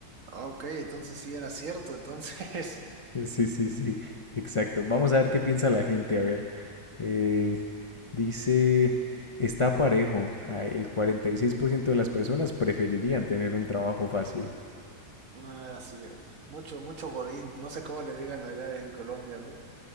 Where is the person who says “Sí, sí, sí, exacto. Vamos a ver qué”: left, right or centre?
Left